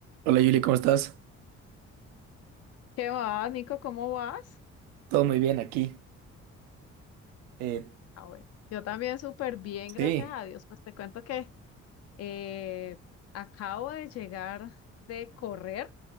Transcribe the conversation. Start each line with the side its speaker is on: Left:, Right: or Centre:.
Right: Hola Yuli, ¿cómo estás?
Left: ¿Qué va, Nico? ¿Cómo vas?
Right: Todo muy bien aquí. Eh,
Left: Ah, bueno, yo también súper bien, gracias
Right: sí,
Left: a Dios. Pues te cuento que eh, acabo de llegar de correr,